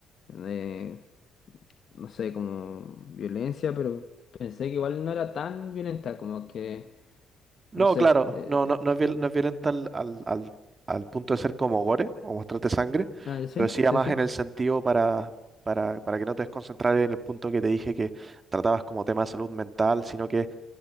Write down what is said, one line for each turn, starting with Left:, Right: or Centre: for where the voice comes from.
Left: eh, no sé, como violencia, pero pensé que igual no era tan violenta, como que,
Right: No,
Left: no sé.
Right: claro,
Left: Eh,
Right: no, no, no es, viol- no es violenta al, al, al- al punto de ser como gore o mostrarte sangre.
Left: ah, ¿ya sí?
Right: Lo decía
Left: Sí,
Right: más
Left: sí.
Right: en el sentido para, para, para que no te desconcentrar en el punto que te dije que tratabas como tema de salud mental, sino que